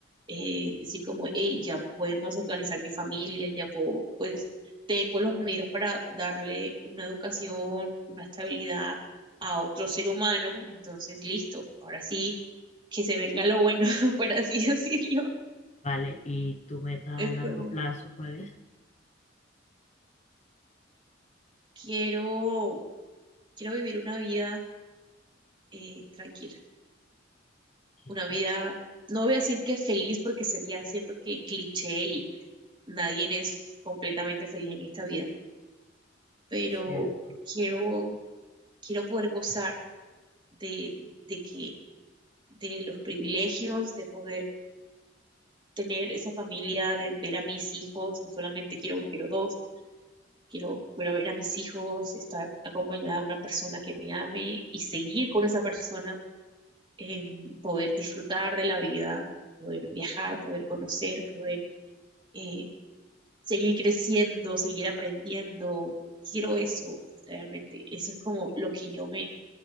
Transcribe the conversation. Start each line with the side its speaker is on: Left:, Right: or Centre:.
Right: eh, decir como, hey, ya podemos organizar mi familia, ya puedo, pues tengo los medios para darle una educación, una estabilidad a otro ser humano, entonces listo, ahora sí, que se venga lo bueno, <laughs> por así decirlo.
Left: Vale, ¿y tu meta
Right: Esto,
Left: a largo plazo cuál es?
Right: quiero, quiero vivir una vida eh, tranquila,
Left: Sí,
Right: una vida, no voy a decir que feliz porque sería, siento que cliché y, nadie es completamente feliz en esta vida, pero
Left: es cierto.
Right: quiero, quiero poder gozar de, de que, de los privilegios, de poder tener esa familia, de ver a mis hijos, no solamente quiero uno, quiero dos, quiero, quiero ver a mis hijos, estar acompañada de una persona que me ame y seguir con esa persona, eh, poder disfrutar de la vida, poder viajar, poder conocer, poder eh, seguir creciendo, seguir aprendiendo. Quiero eso, realmente. Eso es como lo que yo me,